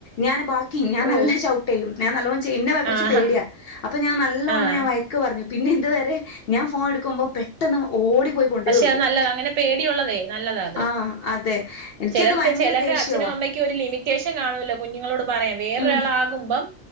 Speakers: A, on the left; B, on the right.
A: ഞാന് ബാ ഞാൻ
B: ഓ
A: നല്ല ഷൗട്ട് ചെയ്യും, ഞാൻ നല്ലോണം ചീ ഇന്നെ കുറച്ച്
B: ആഹ്
A: പേടിയ, അപ്പം ഞാൻ നല്ലവണ്ണം
B: ആഹ്
A: ഞാൻ വയ ക്ക് പറഞ്ഞു പിന്നെ ഇതു വരെ ഞാൻ ഫോൺ എടുക്കുമ്പോ പെട്ടെന്ന് ഓടി പോയി കൊണ്ടോയി
B: പക്ഷെ
A: കൊടുക്കും
B: അത് നല്ലതാ. അങ്ങനെ പേടിയുള്ളതേ നല്ലതാ അത്.
A: ആഹ് അതെ എനിക്കത്
B: ചിലർക്ക്
A: ഭയങ്കര
B: ചിലർക്ക്
A: ദേഷ്യവാ
B: അച്ഛനും അമ്മയ്ക്കും ഒരു ലിമിറ്റേഷൻ കാണുമല്ലോ കുഞ്ഞുങ്ങളോട് പറയാം. വേറൊരാളാകുമ്പം
A: ഉം